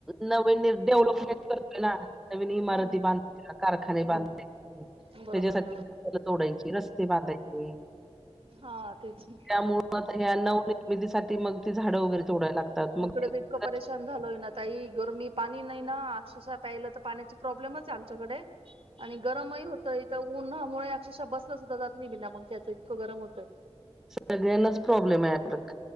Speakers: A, in the centre; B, on the right (about 60°).
A: नवीन डेव्हलपमेंट करतोय ना नवीन इमारती
B: हम्म
A: बांधो कारखाने
B: हम्म
A: त्याच्यासाठी
B: हो बरोबर बरोबर
A: तोडायची रस्ते बांधायचे
B: हा तेच ना
A: त्यामुळ आता ह्या नवनिर्मितीसाठी मग ती झाडं वगैरे तोडायला लागतात मग
B: इकडे तर इतकं परेशान झालं होय ना तई गरमी पाणी नाही ना अक्षश प्यायलं तर पाण्याची प्रॉब्लेमच आहे आमच्याकडे आणि गरमही होत इथ पुन्हामुळे अक्षरशः बस सुद्धा जात नाही बिना मग त्याच इतकं गरम होतंय.
A: सगळ्यांनाच प्रॉब्लेम आहे प्रत्य